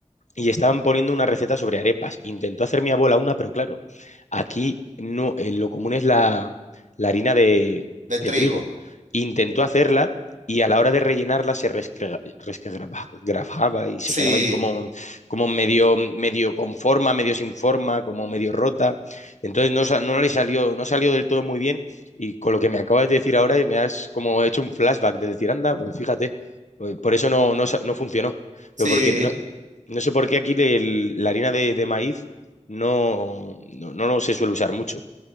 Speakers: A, on the left (about 70°); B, on the right (about 80°).
A: y estaban poniendo una receta sobre arepas. Intentó hacer mi abuela una, pero claro, aquí no, eh, lo común es la, la harina de,
B: De trigo.
A: de trigo. Intentó hacerla y a la hora de rellenarla se resquegra- resquebrajaba y se
B: Sí,
A: quedaba ahí como, como medio, medio con forma, medio sin forma, como medio rota. Entonces no, sa- no le salió, no salió del todo muy bien y con lo que me acabas de decir ahora me has como hecho un flashback de decir, anda, pues fíjate, pues por eso no, no, sa- no funcionó,
B: sí.
A: pero porque no, no sé por qué aquí el- la harina de, de maíz no, no, no lo se suele usar mucho,